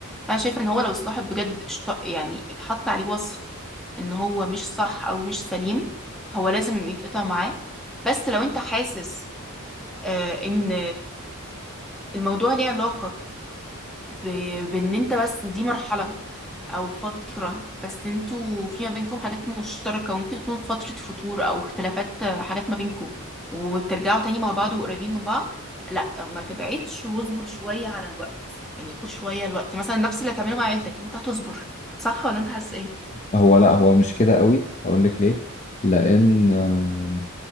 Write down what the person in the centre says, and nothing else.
انا شايفه ان هو لو الصاحب بجد اشت- يعني اتحط عليه وصف ان هو مش صح او مش سليم هو لازم يتقطع معاه بس لو انت حاسس آه، ان الموضوع ليه علاقه ب- بان انت بس دي مرحله او فترة بس انتوا في ما بينكم حاجات مشتركة وممكن يكون فترة فتور او اختلافات آه، حاجات ما بينكم وترجعوا تاني مع بعض وقريبين من بعض لا ما تبعدش واصبر شوية على الوقت يعني اصبر شوية الوقت مثلا نفس اللي هتعمله مع عيلتك انت هتصبر صح ولا انت حاسس ايه